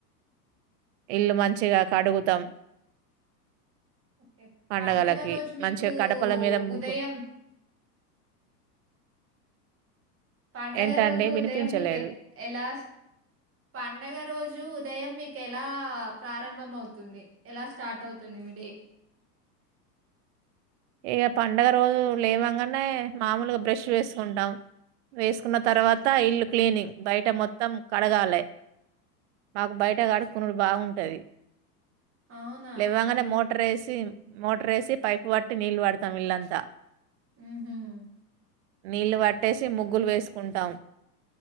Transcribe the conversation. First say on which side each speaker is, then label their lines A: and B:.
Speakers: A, on the right; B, on the right.
A: ఇల్లు మంచిగా కడుగుతాం
B: ఓకే
A: పండగలకి
B: పడుగ రోజు మీకు
A: మంచిగా గడపల మీద ముగ్గు
B: ఉదయం పండగ
A: ఏంటండి
B: రోజు
A: వినిపించలేదు
B: ఉదయం మీకు ఎ ఎలా పండగ రోజు ఉదయం మీకు ఎలా ప్రారంభం అవుతుంది ఎలా స్టార్ట్ అవుతుంది మీ డే
A: ఇక పండగ రోజు లేవంగానే మామూలుగా బ్రష్ చేసుకుంటాం వేసుకున్న తర్వాత ఇల్లు క్లీనింగ్ బయట మొత్తం కడగాలే మాకు బయట ఆడుకునుడు బాగుంటది
B: అవునా!
A: లేవ్వంగానే
B: అయ
A: మోటర్ వేసి మోటర్ వేసి పైపు పట్టి నీళ్ళు వాడతాం ఇళ్లంతా
B: మ్మ్ హ్మ్
A: నీళ్లు పట్టేసి ముగ్గులు వేసుకుంటాం